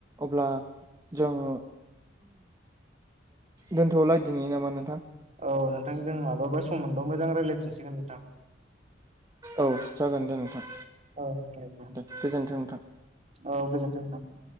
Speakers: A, on the right; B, on the right.
A: अब्ला जोङो दोनथ'लायदिनो नामा नोंथां?
B: औ नोंथां जों मालाबा सम मोनबा मोजां रायलायफिनसिगोन नोंथां।
A: औ जागोन दे नोंथां।
B: औ <unintelligible>
A: दे गोजोन्थों नोंथां।
B: औ गोजोन्थों नोंथां।